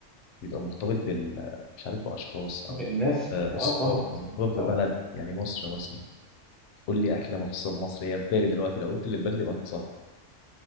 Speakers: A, on the left; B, in the centre.
A: بيبقى مرتبط بال مش عارف باشخاص او
B: بالناس
A: ب- بالثقافه
B: اه طبعا
A: مرتبط
B: طبعا
A: ببلد
B: طبعا
A: يعني مصر مثلا قول لي اكله مخصوصه بمصر هي في بالي دلوقتي لو قلت اللي في بالي تبقى انت صح